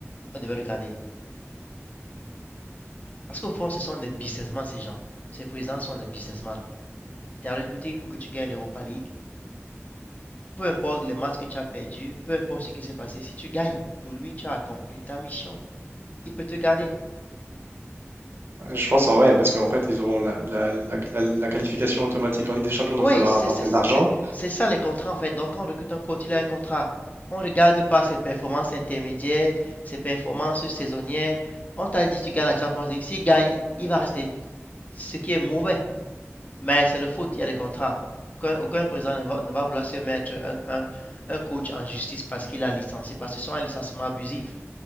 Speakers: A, on the left (about 30°); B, on the right (about 50°).
A: on devait le garder. Parce qu'au fond, ce sont des businessmen, ces gens. Ces présidents sont des businessmen. Ils t'ont recruté pour que tu gagnes l'Europa League. Peu importe les matchs que tu as perdus, peu importe ce qui s'est passé, si tu gagnes, pour lui, tu as accompli ta mission. Il peut te garder.
B: Je pense en vrai, parce qu'en fait, ils auront la, la- la- la- la qualification automatique en Ligue des Champions,
A: Oui,
B: donc ça va
A: c'est
B: rapporter
A: c'est- c'est-
B: de l'argent.
A: c'est- c'est ça les contrats en fait. Donc quand on recrute un coach, il a un contrat. On ne regarde pas ses performances intermédiaires, ses performances saisonnières. On t'a dit tu gagnes la Champions League, s'il gagne, il va rester. Ce qui est mauvais. Mais c'est le foot, il y a des contrats. Aucun, aucun président ne va, ne va vouloir se mettre un, un- un coach en justice parce qu'il a licencié, parce que ce sont un licenciement abusif.